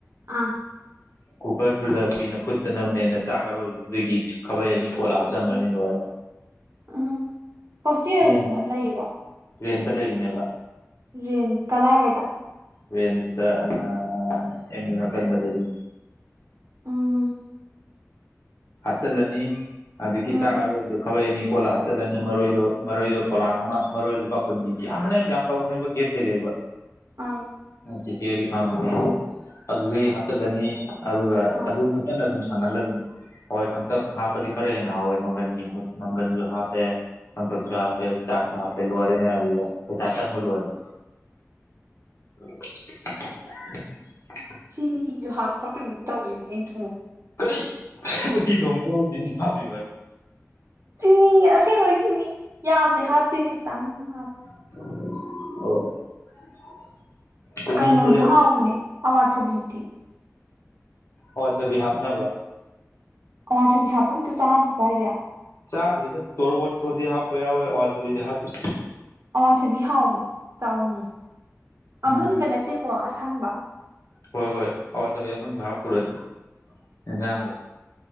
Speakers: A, on the right (about 60°); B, on the left (about 60°).
A: ꯑꯥ
B: ꯀꯨꯀꯔꯗꯨꯗ ꯀꯨꯏꯅ ꯐꯨꯠꯇꯅꯕꯅꯦꯅ ꯆꯥꯛ ꯑꯔꯣꯏꯕꯗꯒꯤ ꯈꯥꯕꯩ ꯑꯅꯤ ꯀꯣꯠꯂ ꯍꯥꯞꯆꯟꯈ꯭ꯔꯅꯤ ꯂꯣꯏꯔꯦ
A: ꯑꯥ ꯍꯣꯁꯇꯦꯜ
B: ꯆꯦꯡ
A: ꯂꯩꯔꯣ
B: ꯔꯦꯟꯇ ꯂꯩꯕꯅꯦꯕ
A: ꯔꯦꯟ ꯀꯗꯥꯏꯋꯥꯏꯗ
B: ꯔꯦꯟꯇ ꯑꯥ ꯑꯦꯝꯌꯨ ꯅꯀꯟꯗ ꯂꯩꯕꯅꯤ
A: ꯑꯥ
B: ꯍꯥꯞꯆꯜꯂꯅꯤ ꯑꯗꯒꯤ
A: ꯎꯝ
B: ꯆꯥꯛ ꯑꯔꯣꯏꯕꯗꯨ ꯈꯥꯕꯩ ꯑꯅꯤ ꯀꯣꯠꯂ ꯍꯥꯞꯆꯤꯜꯂꯅꯤ ꯃꯔꯣꯏꯗꯣ ꯃꯔꯣꯏꯗꯣ ꯄꯣꯂꯥꯡ ꯑꯃ ꯃꯔꯣꯏ ꯂꯨꯄꯥ ꯀꯨꯟꯒꯤ ꯌꯥꯝꯕꯅꯦ ꯌꯥꯝ ꯇꯧꯕꯅꯦꯕ ꯒꯦꯠ ꯇꯩ ꯂꯩꯕ
A: ꯑꯪ
B: ꯆꯤꯆꯦꯗꯤ ꯈꯪꯉꯝꯒꯅꯤ ꯑꯗꯨꯗꯩ ꯍꯥꯞꯆꯜꯂꯅꯤ ꯑꯗꯨꯒ
A: ꯑꯥ
B: ꯑꯗꯨ ꯀꯟꯅ ꯑꯗꯨꯝ ꯁꯥꯡꯍꯥꯜꯂ ꯑꯗꯨꯝ ꯍꯋꯥꯏ ꯀꯪꯡꯇꯛ ꯍꯥꯞꯄꯗꯤ ꯈꯔ ꯍꯦꯟꯅ ꯍꯥꯎꯋꯦ ꯃꯪꯒꯟꯒꯤ ꯃꯍꯨꯠ ꯃꯪꯒꯟꯁꯨ ꯍꯥꯞꯄꯦ ꯀꯪꯇꯛꯁꯨ ꯍꯥꯞꯄꯦ ꯆꯥꯛꯁꯨ ꯍꯥꯥꯞꯄꯦ ꯂꯣꯏꯔꯦꯅꯦ ꯑꯗꯨꯗ ꯄꯩꯁꯥ ꯆꯪꯕ ꯂꯣꯏꯔꯦ <inaudible> <unintelligible>
A: ꯆꯤꯅꯤꯁꯨ ꯍꯥꯞꯄ꯭ꯔꯥ ꯀꯩꯅꯣꯝ ꯇꯧꯒꯤꯕꯅꯦ ꯑꯩꯅ ꯊꯣꯡ
B: ꯀꯔꯤ ꯎꯇꯤ ꯊꯣꯡꯕꯗꯕꯨ ꯆꯤꯅꯤ ꯍꯥꯞꯄꯤꯕ
A: ꯆꯤꯅꯤ ꯑꯁꯦꯡꯕꯩ ꯆꯤꯅꯤ ꯌꯥꯝꯗꯤ ꯍꯥꯞꯇꯦ ꯈꯤꯇꯪ ꯍꯥꯞꯄꯦ
B: <unintelligible> ꯆꯤꯅꯤꯁꯦ
A: ꯀꯩꯅꯣꯁꯨ ꯍꯥꯎꯕꯅꯦ ꯑꯋꯥꯊꯕꯤꯗꯤ
B: ꯑꯋꯥ ꯊꯕꯤ ꯍꯥꯞꯅꯕ꯭ꯔꯥ꯫
A: ꯑꯋꯥ ꯊꯥꯕꯤ ꯍꯥꯞꯄ ꯑꯝꯇ ꯆꯥꯗ꯭ꯔꯤꯕꯣ ꯍꯥꯏꯁꯦ꯫
B: ꯆꯥꯗ꯭ꯔꯤꯗ ꯇꯣꯔꯕꯣꯠꯄꯨꯗꯤ ꯍꯥꯞꯄ ꯌꯥꯎꯏ ꯑꯋꯥꯊꯕꯤꯗꯤ ꯍꯥꯞꯇꯔꯤꯗ꯫
A: ꯑꯋꯥꯊꯕꯤ ꯍꯥꯎꯕꯅꯤ ꯆꯥꯎ ꯅꯣꯡꯃ ꯑꯃꯨꯟꯕ
B: ꯎꯝ
A: ꯅꯠꯇꯦꯀꯣ ꯑꯁꯪꯕ꯫
B: ꯍꯣꯏ ꯍꯣꯏ ꯑꯋꯥꯠꯊꯕꯤ ꯑꯃꯨꯟ ꯚꯥꯞ ꯄꯨꯔꯗꯤ ꯏꯟꯖꯥꯡꯗꯣ